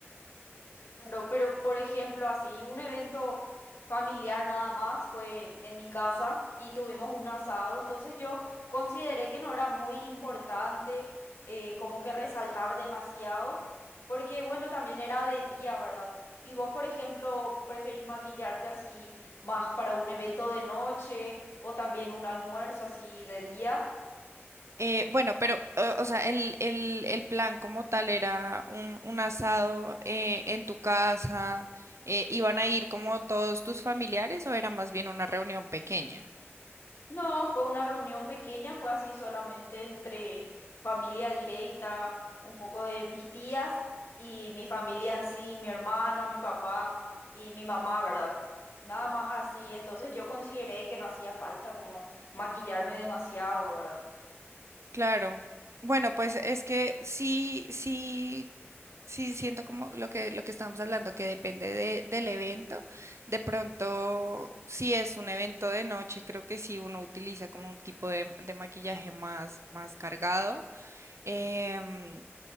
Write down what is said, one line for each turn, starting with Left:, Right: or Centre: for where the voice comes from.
Left: Claro, pero por ejemplo, así, un evento familiar nada más fue en mi casa y tuvimos un asado, entonces yo consideré que no era muy importante eh, como que resaltar demasiado, porque bueno, también era de día, ¿verdad? Y vos, por ejemplo, preferís maquillarte así más para un evento de noche o también un almuerzo así de día.
Right: Eh, bueno, pero, eh, o sea, el, el, el plan como tal era un, un asado eh, en tu casa, eh, ¿iban a ir como todos tus familiares o era más bien una reunión pequeña?
Left: No, fue una reunión pequeña, fue así solamente entre familia directa, un poco de mis tías y mi familia en sí, mi hermana, mi papá y mi mamá, ¿verdad? Nada más así, entonces yo consideré que no hacía falta como maquillarme demasiado, ¿verdad?
Right: Claro. Bueno, pues es que sí, sí, sí siento como lo que, lo que estábamos hablando, que depende de, del evento. De pronto, si es un evento de noche, creo que sí uno utiliza como un tipo de, de maquillaje más, más cargado. Em,